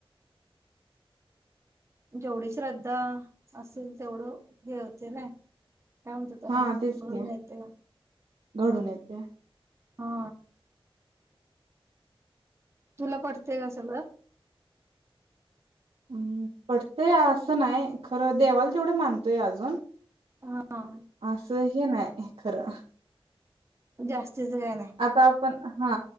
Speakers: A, on the right; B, on the right.
A: जेवढी श्रद्धा असेल तेवढं हे होते ना. काय होतय त्याला
B: हा तेच
A: घडून
B: की
A: येतय.
B: घडून येते.
A: हा. तुला पडतय काय सगळं?
B: हम्म पडतेय असं नाही खरं देवाला तेवढं मानतोय अजून.
A: हा.
B: असं हे नाय खरं.
A: जास्त. तुज काय नाय.
B: आता आपण हा